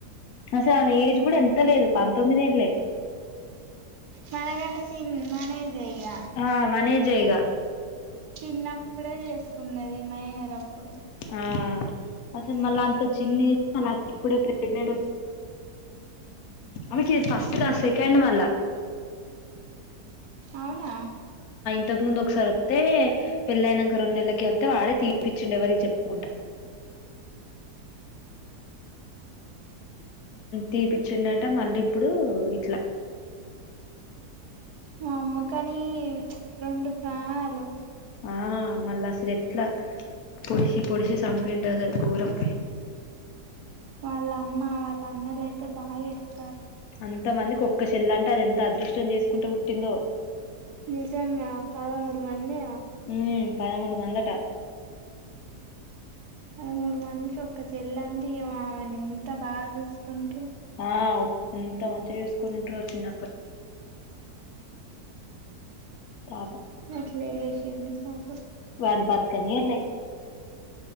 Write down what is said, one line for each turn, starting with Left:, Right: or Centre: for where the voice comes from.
Left: అసలు ఆ ఏజ్ కూడా ఎంత లేదు పంతొమ్మిద ఏంలే
Right: మన కంటన్ చిన మన ఏజే ఇగ
Left: ఆ మన ఏజ్ ఆ ఈగ
Right: చిన్నప్పుడే చేసుకున్నది మైనర్ అప్పుడు
Left: ఆ అసలు మళ్ళా అంత చిన్న ఇప్పుడే ప్రెగ్నెంట్ వచ్చి అకిది ఫస్ట్
Right: ఉమ్
Left: క సెకండ్ వాల్ల
Right: అవునా
Left: ఇంతక ముందు ఒకసారి వస్తే పెళ్ళయినాక రెండు నెలకి వస్తే వాడే తీపిచిండి ఎవరికి చెప్పుకుంట తీపిచ్చిం అంటే మళ్ళీ ఇప్పుడు ఇట్లా
Right: వామ్మో కని రెండు ప్రాణాలు
Left: ఆ మళ్ళా అసలు ఎట్లా పొడిసి పొడిసి చపిండ దొరం
Right: వాళ్ళ అమ్మ వాళ్ళ అమ్న్నలుయితే బాగా ఎడతారు
Left: అంత మందికి ఒక్క చెల్ల అంటే అది ఎంత అదృష్టం చేసుకుంటే పుట్టిందో
Right: నిజంగా పదమూడు మంది
Left: ఉమ్ పదమూడు వందట
Right: పదమూడు మందికి ఒక్క చెల్ల అంటే ఇ ఆమెన ఎంత అంత బాగా చూసుకుంటూ
Left: ఆ ఎంత మంచిగా చూసుకునింటారో చిన్ పాప
Right: గట్ల చేషిండు పాప
Left: వాని బతుక్ కనియార్లే